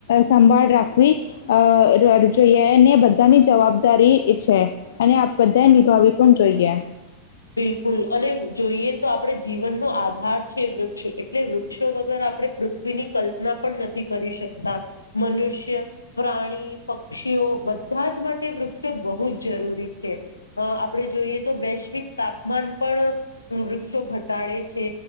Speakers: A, on the left (about 60°); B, on the left (about 80°).
A: સંભાળ રાખવી અ જોઈએ ને બધાની જવાબદારી છે અને આપ બધા નિભાવી પણ જોઈએ
B: બિલકુલ અને જોઈએ તો આપણે જીવનનોો આધાર છે વૃક્ષ એટલે વૃક્ષો વગર આપણે પૃથ્વીની કલ્પના પણ નથી કરી શકતા મનુષ્ય પ્રાણી પક્ષીઓ બધા જ માટે વૃક્ષો બહુ જ જરૂરી છે આપણે જોઈએ તો વૈશ્વિક તાપમાન પણ વૃક્ષો ઘટાડે છે